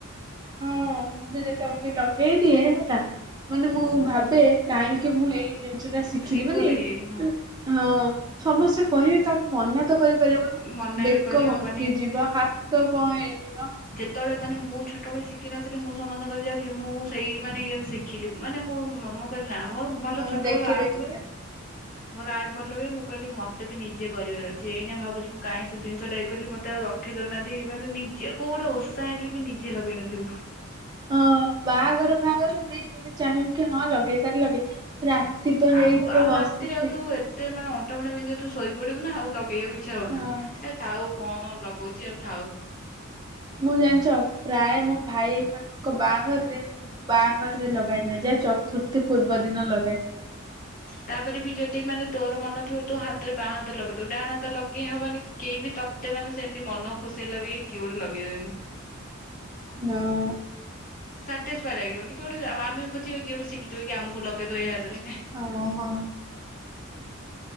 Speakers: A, on the right; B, on the left.
A: ହଁ ମୁଁ ବି ଯେତେବେଳେ ବି ଲଗେଇ ଦିଏ ହେଲା। ମାନେ ମୁଁ ଭାବେ କାହିଁକି ମୁଁ ଏଇ ଜିନିଷ ଟା ଶିଖିଲି
B: ଶିଖୁଥିଲି
A: ମାନେ
B: ହଁ।
A: ହଁ ସମସ୍ତେ କହିବେ ତ ମନା ତ କରିପାରିବୁନୁ
B: ମନା
A: ବେକ
B: ବି କରିହବନି।
A: ବଙ୍କି ଯିବା ହା ତ କଣ ହେଇଯିବ
B: ଯେତେବେଳେ ମାନେ ମୁଁ ଛୋଟବେଳେ ଶିଖିିନଥିଲି ମୁଁ ସମସ୍ତକ ଯାଉଥିଲି ମୁଁ ସେଇ ମାନେ ଇଏରେ ଶିଖିଲି ମାନେ ମୁଁ- <unintelligible> ନା ମୋର ଭଲ
A: ହଁ
B: ଛୋଟ
A: ଦେଖି
B: ବେଳୁ ଆର୍ଟ
A: ଦେଖିକା।
B: ହୁଏ ମୋର ଆଟ ଭଲ ହୁଏ ମୁଁ କହିଲି ମତେ ନିଜେ କରିବାର ଅଛି ଏଇନେ ଭାବୁଛି ମୁ କାଇଁ ସେ ଜିନିଷଟା ଇ କଲି ମତେ ଆଉ ରଖେଇ ଦଉନାହାନ୍ତି ମାନେ ନିଜ କୋଉ ଗୋଟେ ଓଷା ହେଲେ ବି ନିଜେ ଲଗେଇନଥିବୁ।
A: ହଁ ବାହାଘର ଫାହାଘର ବି ଯଦି ଚାହିଁବୁ କି ହଁ ଲଗେଇ ସାରିଲେ ଲଗେଇ ରାତି ତ ହେଇଥିବ
B: ଆଉ ଆଉ
A: ବସିଥି
B: ରାତିରେ ଆଉ ତୁ ଏତେ ମାନେ ଅଣ୍ଟା ଫଣ୍ଟା ବିନ୍ଧିଯାଉଥିବ୍ ତୁ ଶୋଇ ପଡିବୁ ନା ଆଉ ଲଗେଇବାକୁ ଇଛା ହୁଅନା
A: ହଁ
B: ଏ ଥାଉ କଣ ଲଗଉଛି ଆଉ ଥାଉ।
A: ମୁଁ ଜାଣିଛ ପ୍ରାୟେ ମୋ ଭାଇ ମାନଙ୍କ ବାହାଘରରେ ବାଘରରେ ଲଗାଏନା ଯାଏ ଚତୁର୍ଥୀ ପୂର୍ବ ଦିନ ଲଗାଏ।
B: ତାପରେ ବି ଯଦି ମାନେ ତୋର ମନଥିବ ତୁ ହାତରେ ବାଁ ହାତରେ ଲଗେଇଦବୁ ଡାହାଣା ହାତରେ ଲଗେଇ ହବନି। କେହି ବି ତତେ ମାନେ ସେମତି ମନ ଖୁସି ହେଲା ବି କିଏ ଗୋଟେ ଲଗେଇଦେବେନି।
A: ହଁ।
B: <unintelligible> ଲାଗିବନି କିଏ ଗୋଟେ ଆମେ ଖୋଜିବା କିଏ ଗୋଟେ ଶିଖିଥିବ କି ଆମକୁ ଲଗେଇଦବ ଏଇ ହାତରେ।
A: ଓହୋ।